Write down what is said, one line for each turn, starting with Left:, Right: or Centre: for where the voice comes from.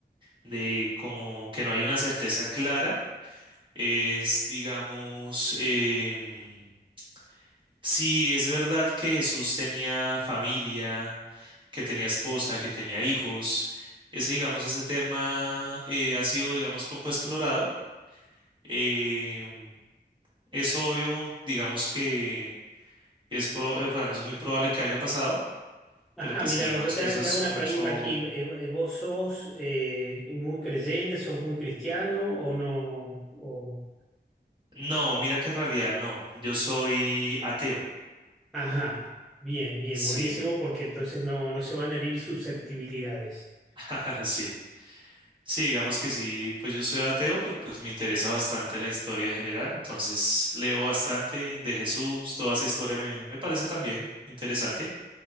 Right: de como que no hay una certeza clara es, digamos, em, si es verdad que Jesús tenía familia que tenía esposa, que tenía hijos. Ese, digamos, ese tema eh, ha sido, digamos, poco explorado. Em, es obvio, digamos, que es, pro- eh, bueno, es muy probable que haya pasado,
Centre: Ajá,
Right: pero pues
Centre: mira,
Right: sí, digamos
Centre: yo te,
Right: que eso
Centre: te
Right: es
Centre: hago una
Right: mucho...
Centre: pregunta aquí. Eh, eh, ¿Vos sos eh, muy creyente, sos muy cristiano o no? O...
Right: No, mira que en realidad no. Yo soy ateo.
Centre: Ajá, bien, bien,
Right: Sí,
Centre: buenísimo, porque entonces no, no se van a herir susceptibilidades.
Right: <laughs> sí. Sí, digamos que sí, pues yo soy ateo, pero pues me interesa bastante la historia general, entonces leo bastante de Jesús, toda esa historia me, me parece también interesante.